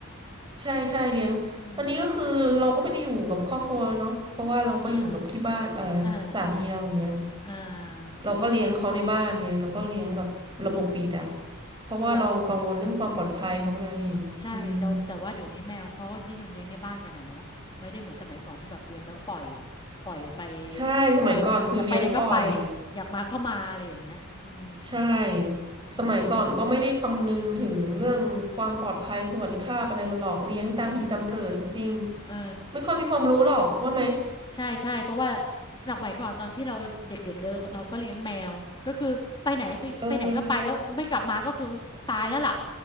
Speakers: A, on the right (about 20°); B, on the left (about 20°).
A: ใช่ใช่เลี้ยงตอนนี้ก็คือเราก็ไม่ได้อยู่กับครอบครัวเนาะเพราะว่าเราก็อยู่กับที่บ้านเอ่อ
B: อืมอ่าอาอ่า
A: สามีเราอย่างเงี้ย
B: อ่า
A: เราก็เลี้ยงเขาในบ้านไงเราก็เลี้ยงแบบระบบปิดอะ
B: เออ
A: เพราะว่าเรากังวลเรื่องความปลอดภัยเขาไง
B: อ๋อ ใช่แต่แต่ว่าเดี๋ยวนี้แมวเขาก็นิยมเลี้ยงในบ้านกันอะเนาะไม่ได้เหมือนสมัยก่อนที่แบบเลี้ยงแล้วก็ปล่อย
A: อืม
B: ปล่อยไป
A: ใช่สมัยก่อนคือเลี้ยงปล่อย
B: เอออยากไปไหนก็ไปอยากมาก็มาอะไรอย่างเงี้ยอืม
A: ใช่
B: อืม
A: สมัยก่อนก็ไม่ได้คำนึงถึงเรื่องความปลอดภัยสวัสดิภาพอะไรมันหลอกเลี้ยงตามมีตามเกิดจริงๆไม่ค่อยมีความรู้หรอกว่าไหม
B: อืมอืมเออ ใช่ใช่ใช่เพราะว่าสมัยก่อนตอนที่เราเด็กๆเลยเราก็เลี้ยงแมวก็คือไปไหนไปไปไหนก็ไปแล้วไม่กลับมาก็คือตายแล้วล่ะ
A: เออ